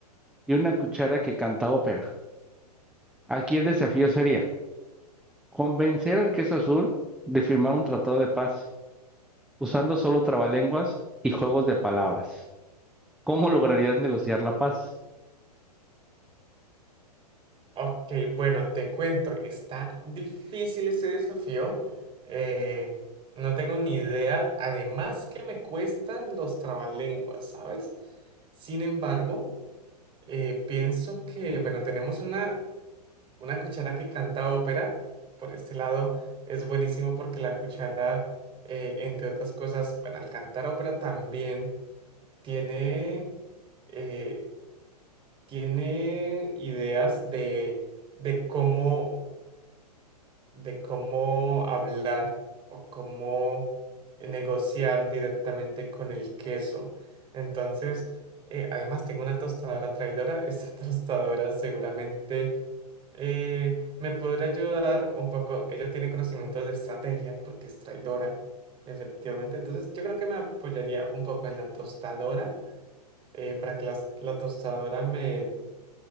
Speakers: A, in the centre; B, on the right.
A: y una cuchara que canta ópera. Aquí el desafío sería convencer al queso azul de firmar un tratado de paz usando solo trabalenguas y juegos de palabras. ¿Cómo lograrías negociar la paz?
B: Ok, bueno, te cuento. Está difícil este desafío. Eh, no tengo ni idea. Además que me cuestan los trabalenguas, ¿sabes? Sin embargo, eh, pienso que, bueno, tenemos una Una cuchara que canta ópera, por este lado, es buenísimo porque la cuchara, eh, entre otras cosas, bueno, al cantar ópera también tiene, eh, tiene ideas de, de cómo, de cómo hablar o cómo negociar directamente con el queso. Entonces, eh, además tengo una tostadora traidora. Esta <laughs> tostadora seguramente eh, me podría ayudar un poco. Ella tiene conocimientos de estrategia porque es traidora, efectivamente. Entonces, yo creo que me apoyaría un poco en la tostadora eh, para que las- la tostadora me,